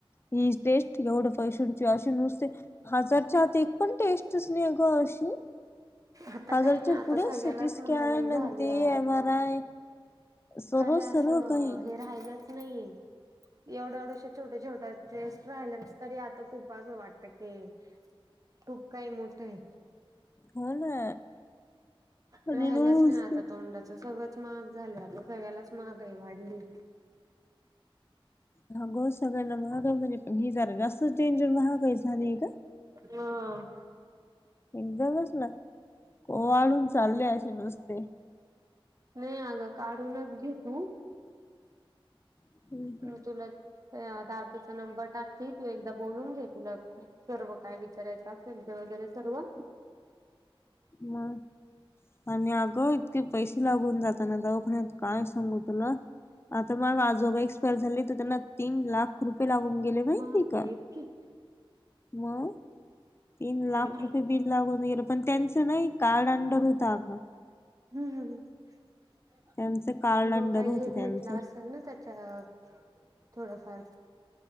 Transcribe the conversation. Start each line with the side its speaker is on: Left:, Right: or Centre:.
Left: हि टेस्ट एवढं फर्स्ट तुमचे असे नुसते हजारच्या आत एक पण टेस्टच नाही गं अशी
Right: आता
Left: हजारच्या
Right: काही नाही आता
Left: पुढे
Right: सगळलाच
Left: सिटी स्कॅन
Right: महागाई झाली
Left: आणि ते
Right: आहे ग
Left: एम आर आय सर्व
Right: काही
Left: सर्व
Right: असं
Left: काही
Right: हे राहिलंच नाहीये एवढं एवढश छोट् छोट्. टेस्ट राहिल्या तरी आता खूप वाटत की खूप काही मोठं आहे.
Left: हो ना. आणि
Right: राहिलाच
Left: नुसते
Right: नाही आता तोंडाचा सगळं. महाग झाल आता सगळ्यालाच महागाई वाढली.
Left: हा गो सगळ्यांना मांगो म्हणजे फी जरा जास्त. डेंजर महागाई झाली का.
Right: ह
Left: एकदमच ओवाळून चालले असे नुसते.
Right: हेय अगं काढूनच घेतू.
Left: हम्म, हम्म.
Right: मी तुला त्या दादूचा नंबर टाकते तू एकदा बोलून घे तुला. सर्व काय विचारायचं असेल ते वगैरे सर्व.
Left: मग. आणि अ ग इतके पैसे लागून जाताना दवाखान्यात काय सांगू तुला. आता माला आजोबा एक्सपायर झाले तर त्यांना तीन लाख रुपये लावून गेले माहिती
Right: बापरे
Left: नाही का.
Right: इतकी
Left: मग तीन
Right: खोल.
Left: लाख रुपये बिल. लागूनैर पण त्यांचं नाही कार्ड अंडर होतं अगं.
Right: हम्म ह्
Left: त्यांचं कार्ड अंडर
Right: मग काही
Left: होत
Right: हे
Left: त्यांचं
Right: भेटलास. त्यांना त्याच्या थोडफार.